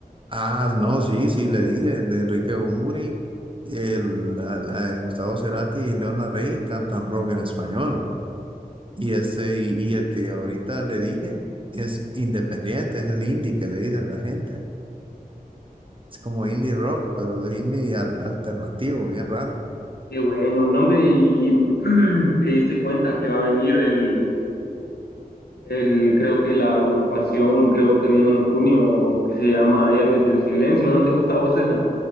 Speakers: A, on the right (about 35°); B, on the left (about 85°).
A: Ah, no, sí, sí, le dije, de Enrique Bunbury, el, la- la- Gustavo Cerati y León Larrey cantan rock en español. Y, este, y, y el que ahorita le dije es independiente, es el indie que le dicen la gente. Es como indie rock, pero de indie al- alternativo, bien raro.
B: Qué bueno, nombre, y <clears throat> te diste cuenta que va a venir el, el, creo que la agrupación, creo que viene en junio, que se llama Héroes del Silencio, ¿no te gusta a vos esa?